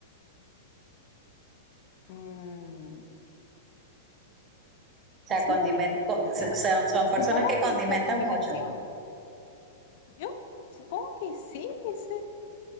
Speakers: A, on the left; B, on the right.
A: Mm,
B: O sea,
A: es
B: condimen-
A: una buena pregunta.
B: co- s- son, son
A: Supongo
B: personas que condimentan
A: que es la combinación.
B: mucho.
A: Yo supongo que sí, es